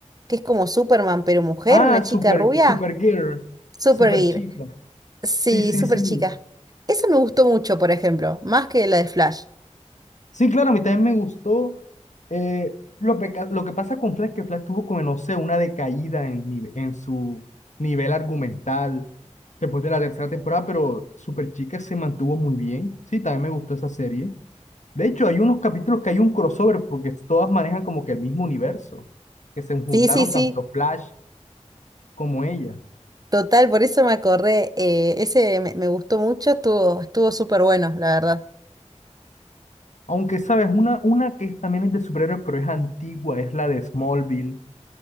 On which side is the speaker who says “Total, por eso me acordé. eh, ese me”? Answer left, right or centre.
Right